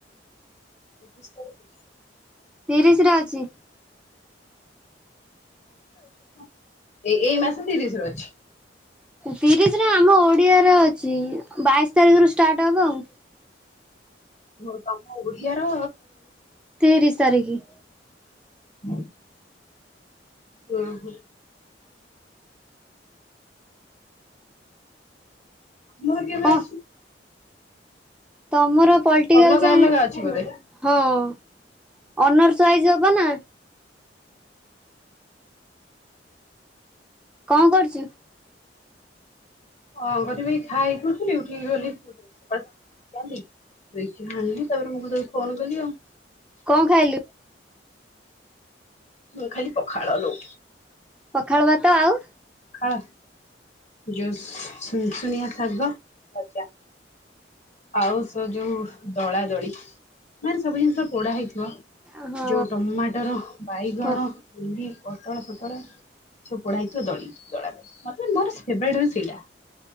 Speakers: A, on the left (about 40°); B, in the centre.
A: <inaudible>
B: ତିରିଶ ରେ ଅଛି।
A: <inaudible> ଏ ଏଇ ମାସ ତିରିଶ ରେ ଅଛି।
B: ତିରିଶରେ ଆମ ଓଡିଆରେ ଅଛି ବାଇଶ ତାରିଖରୁ ଷ୍ଟାର୍ଟ ହବ ଆଉ।
A: ହୋଉ ତମ ଓଡିଆ ର
B: ତିରିଶ ତାରିଖ
A: ହୁଁ। ଓଃ ହୋ। ମୋର କିଏବେ
B: କଣ
A: ଅଛି।
B: ତମର ପଲିଟିକାଲ
A: ଅଲଗା
B: ସାଇନ୍ସ
A: ଅଲଗା ଅଛି ବୋଧେ।
B: ହଁ ଅନର୍ସ ୱାଇସ ହବ ନା? କଣ କରୁଛୁ?
A: ହଁ କରିବି ଖାଇକି ଉଠିଲି ଉଠିକି ଗଲି ଏଇଖିନା ଆଣିଲି ତାପରେ ମୁହଁ ଧୋଇ ଫୋନ କଲିି ଆଉ।
B: କଣ ଖାଇଲୁ?
A: ମୁଁ ଖାଇଲି ପଖାଳ ଲୋ।
B: ପଖାଳ ଭାତ ଆଉ?
A: ହଁ। ଯୋଉ ସୁନଶୁନିଆଁ ଶାଗ ଭଜା। ଆଉ ସେ ଯୋଉ। ଦଳା ଦଳି ମାନେ ସବୁ ଜିନିଷ ପୋଡା ହେଇଥିବ।
B: ହଁ
A: ଯୋଉ ଟମାଟର ବାଇଗଣ
B: ହଁ
A: ଭିଣ୍ଡି। ପୋଟଳ ଫୋଟଳ ସବୁ ପୋଡା ହେଇଥିବ ଦଳା ମୋର ଫେବରେଟ ହଉଛି ସେଇଟା